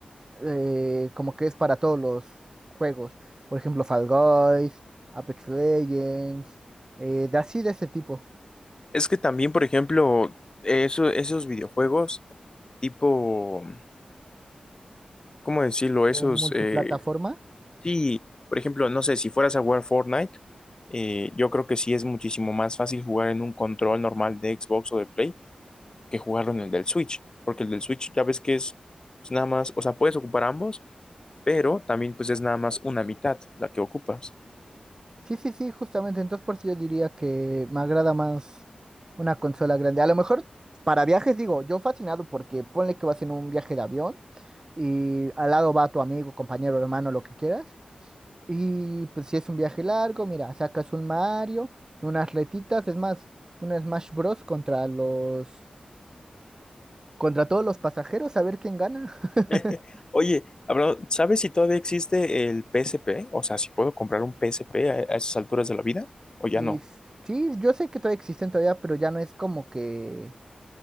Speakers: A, on the right; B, on the left.
A: Eh, como que es para todos los juegos. Por ejemplo, Fall Guys, Apex Legends, eh, de así de ese tipo.
B: Es que también, por ejemplo, eso, esos videojuegos tipo ¿cómo decirlo? Esos,
A: O Eh, multiplataforma.
B: eh, sí, por ejemplo, no sé, si fueras a jugar Fortnite, eh, yo creo que sí es muchísimo más fácil jugar en un control normal de Xbox o de Play que jugarlo en el del Switch, porque el del Switch ya ves que es, es nada más, o sea, puedes ocupar ambos, pero también pues es nada más una mitad la que ocupas.
A: Sí, sí, sí, justamente. Entonces, por eso yo diría que me agrada más una consola grande. A lo mejor para viajes, digo, yo fascinado porque ponle que vas en un viaje de avión y al lado va tu amigo, compañero, hermano, lo que quieras. Y pues si es un viaje largo, mira, sacas un Mario, unas retitas, es más, un Smash Bros. contra los, contra todos los pasajeros, a ver quién gana. <laughs>
B: <laughs> Oye, hablando- ¿sabes si todavía existe el PSP? O sea, si puedo comprar un PSP a, a esas alturas de la vida, o ya
A: Y
B: no.
A: sí, yo sé que todavía existen todavía, pero ya no es como que